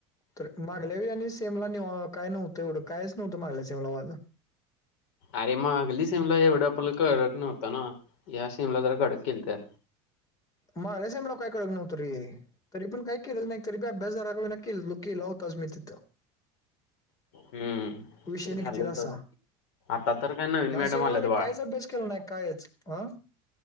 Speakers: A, on the left (about 25°); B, on the left (about 80°).
A: तर मागल्या व आणि सेमला काय नव्हतं एवढं कायच नव्हतं मागल्या सेमला वाज
B: अरे मग अगली सीमला एवढं आपला कडक नव्हता ना या्या सीमला जरा कडक केल तर
A: मागल्या सेम ला काय कळतं नव्हतं रे तरी पण काय केलंच नाही तरी बी अभ्यास जरा का होईना केलेलो केला होताच मी तिथं
B: हम्म
A: विषय
B: ते
A: निघतील
B: झालं सोड.
A: असा
B: आता तर काय नवीन
A: ह्या
B: मॅडम
A: सेमाला
B: आल्यात
A: मी
B: बाळा.
A: कायच अभ्यास केला नाही कायच ह